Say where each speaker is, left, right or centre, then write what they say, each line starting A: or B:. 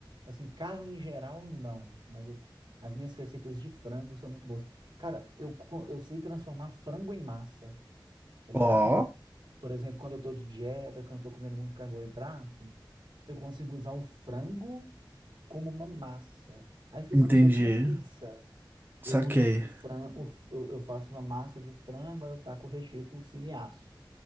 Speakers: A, on the right; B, on the right.
A: Assim, carne em geral, não. Mas eu- as minhas receitas de frango são muito boas. Cara, eu, co- eu sei transformar frango em massa, tá
B: Ó,
A: ligado? Por exemplo, quando eu tô de dieta, quando eu tô comendo muito carboidrato, eu consigo usar o frango como uma massa. Aí fica
B: entendi.
A: como se fosse uma pizza.
B: Saquei.
A: Eu uso o frango, eu eu faço uma massa de frango, aí eu taco o recheio por cima e asso.